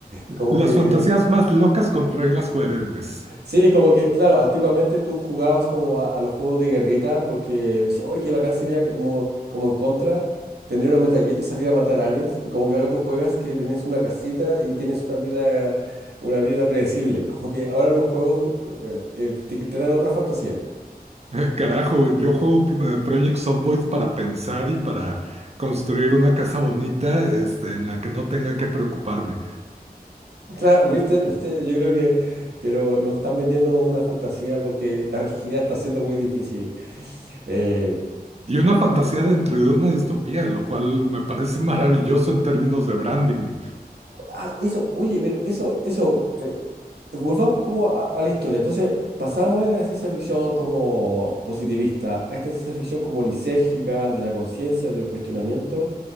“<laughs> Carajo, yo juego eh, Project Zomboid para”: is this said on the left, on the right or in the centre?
Right